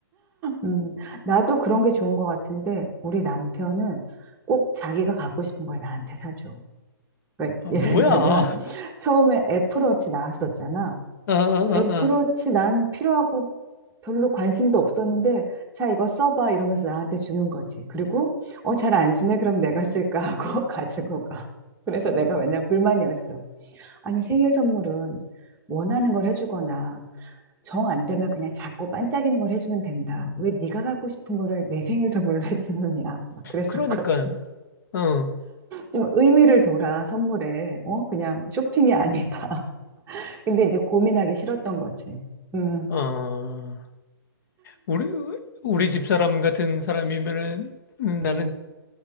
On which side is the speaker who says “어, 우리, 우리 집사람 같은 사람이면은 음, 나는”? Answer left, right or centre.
Left